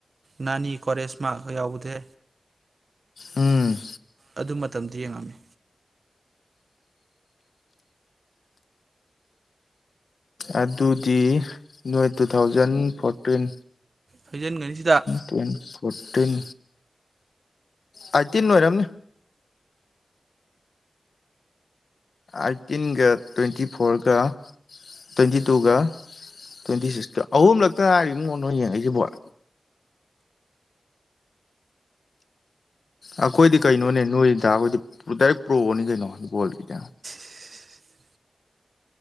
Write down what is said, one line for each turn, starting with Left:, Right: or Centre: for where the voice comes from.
Right: ꯅꯥꯅꯤ ꯀꯣꯔꯦꯁ ꯃꯥꯛꯀ ꯌꯥꯎꯗꯦ
Left: ꯎꯝ
Right: ꯑꯗꯨ ꯃꯇꯝꯗꯨ ꯌꯦꯡꯉꯛꯑꯞꯅꯤ
Left: ꯑꯗꯨꯗꯤ ꯅꯣꯏ ꯇꯨ ꯊꯥꯎꯖꯟ ꯐꯣꯔꯇꯤꯟ
Right: ꯍꯩꯖꯤꯟꯒꯅꯤꯁꯤꯗ
Left: ꯇꯦꯟ ꯐꯣꯔꯇꯤꯟ ꯑꯩꯠꯇꯤꯟ ꯑꯣꯏꯔꯝꯅꯤ ꯑꯥꯏꯠꯇꯤꯟꯒ ꯇ꯭ꯋꯦꯟꯇꯤ ꯐꯣꯔꯒ ꯇ꯭ꯋꯦꯟꯇꯤ ꯇꯨꯒ ꯇ꯭ꯋꯦꯟꯇꯤ ꯁꯤꯛꯁꯀ ꯑꯍꯨꯝꯂꯛꯇ ꯉꯥꯏꯔꯤꯉꯣ ꯏꯕꯨꯡꯉꯣ ꯅꯣꯏ ꯌꯦꯡꯉꯛꯏꯁꯤ ꯕꯣꯜ ꯑꯩꯈꯣꯏꯗꯤ ꯀꯩꯅꯣꯅꯦ ꯅꯣꯏ ꯗꯥ ꯈꯣꯏꯗꯤ ꯗꯥꯏꯔꯦꯛ ꯄ꯭ꯔꯣꯅꯤ ꯀꯩꯅꯣ ꯕꯣꯜꯒꯤꯗ
Right: <inaudible>